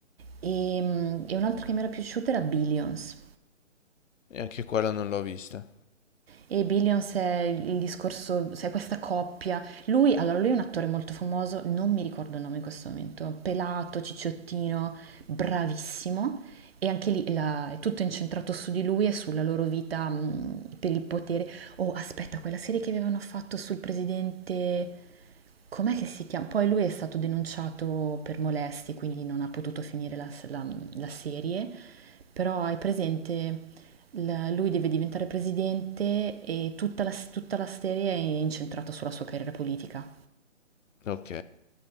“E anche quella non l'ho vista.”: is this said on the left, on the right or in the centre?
Left